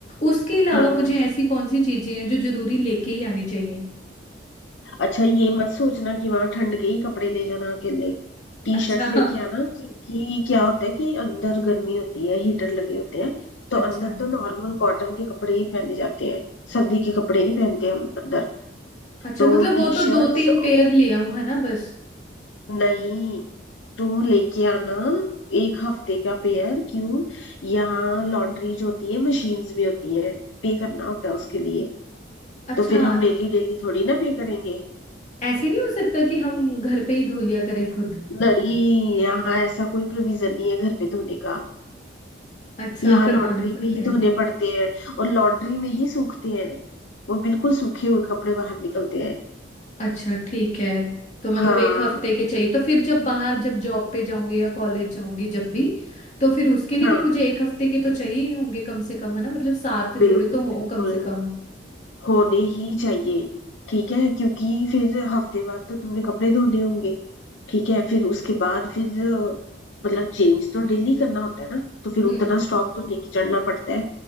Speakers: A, on the left; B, on the left.
A: उसके अलावा
B: हाँ हाँ।
A: मुझे ऐसी कौन सी चीजें हैं जो जरूरी लेके ही आनी चाहिए
B: अच्छा ये मत सोचना कि वहां ठंड के ही कपड़े ले जाना अकेले टी
A: अच्छा
B: शर्ट्स लेके आना क्योंकि क्या होता है कि अंदर गर्मी होती है हीटर लगे होते हैं तो
A: अच्छा
B: अंदर तो नॉर्मल कॉटन के कपड़े ही पहने जाते हैं सर्दी के कपड़े नहीं पहनते हम अंदर
A: अच्छा
B: तो
A: मतलब वो
B: टी
A: तो
B: शर्ट्स
A: दो तीन पेयर ले आऊं है ना बस
B: नहीं तुम लेके आना एक हफ्ते का पेयर क्यों यहाँ लॉन्ड्रीज होती है मशीन्स भी होती है पे करना होता है उसके लिए
A: अच्छा
B: तो फिर हम डेली डेली थोड़ी ना पे करेंगे
A: ऐसे नहीं हो सकता कि हम घर पे ही धो लिया करें खुद
B: नहीं यहाँ ऐसा कोई प्रोविजन नहीं है घर पे धोने का
A: अच्छा
B: यहाँ
A: करवाने
B: लॉन्ड्री
A: पड़ते
B: में ही
A: हैं
B: धोने पड़ते हैं और लॉन्ड्री में ही सूखते हैं वो बिल्कुल सूखे हुए कपड़े बाहर निकलते हैं
A: अच्छा ठीक है तो मतलब
B: हाँ
A: एक हफ्ते के चाहिए तो फिर जब बाहर जब जॉब पे जाऊंगी या कॉलेज जाऊंगी जब भी तो फिर उसके लिए
B: हाँ
A: भी मुझे एक हफ्ते के तो चाहिए ही होंगे कम से कम है ना मतलब सात जोड़े
B: बिल्कुल
A: तो
B: बिल्कुल
A: हो कम से कम
B: होने ही चाहिए ठीक है क्योंकि फिर हफ्ते बाद तो तुमने कपड़े धोने होंगे ठीक है फिर उसके बाद फिर अ, मतलब चेंज तो डेली करना होता है ना तो फिर
A: हम्म
B: उतना स्टॉक तो लेके चढ़ना पड़ता है